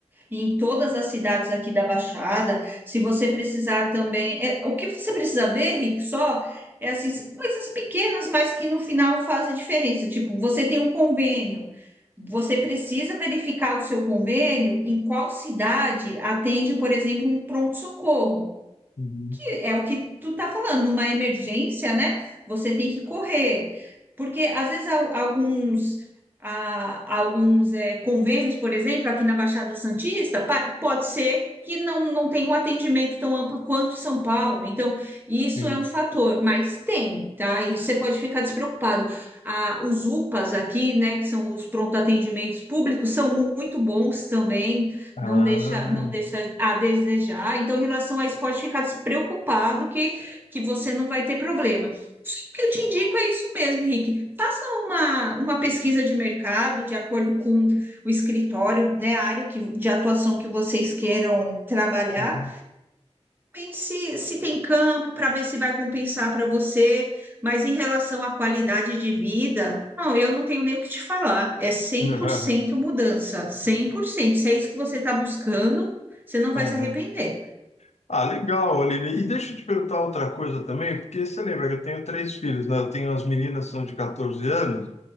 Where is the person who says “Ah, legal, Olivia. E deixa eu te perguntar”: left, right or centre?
Left